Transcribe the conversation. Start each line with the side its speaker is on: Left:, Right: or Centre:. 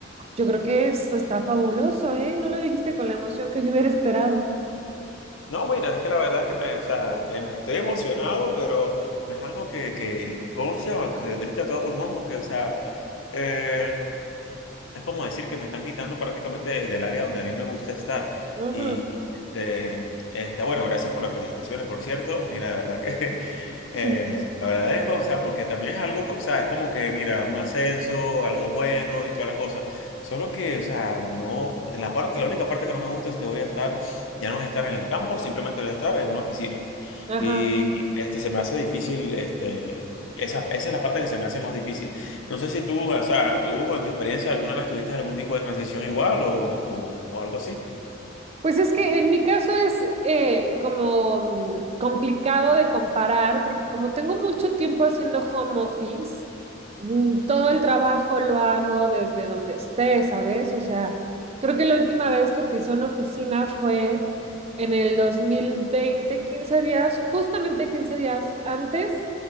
Right: yo creo que es, está fabuloso, ¿eh? No lo dijiste con la emoción que yo hubiera esperado.
Left: No, bueno, es que la verdad que me, o sea, me- me estoy emocionado, pero no es algo que, que, ¿cómo se llama? Que grita a todo pulmón, porque, o sea, eh, es como decir que me están quitando prácticamente de- del área donde a mí me gusta estar.
Right: Ujú.
Left: Y, de, este, bueno, gracias por las felicitaciones, por cierto. Mira, de verdad que <laughs>
Right: <laughs>
Left: Eh, te agradezco, o sea, porque también es algo, o sea, es como que, mira, un ascenso, algo bueno y toda la cosa. Solo que, o sea, no, la parte, la única parte que no me gusta es que voy a estar, ya no voy a estar en el campo, simplemente voy a estar en una oficina. pues.
Right: Ajá.
Left: Y y, este, se me hace difícil, este, esa, esa es la parte que se me hace más difícil. No sé si tú, o sea, tú en tu experiencia alguna vez tuviste algún tipo de transición igual o, o, o algo así.
Right: Pues es que en mi caso es eh, como mm, complicado de comparar, porque como tengo mucho tiempo haciendo home office, mm, todo el trabajo lo hago desde donde esté, ¿sabes? O sea, creo que la última vez que pisé una oficina fue en el 2020, 15 días, justamente 15 días antes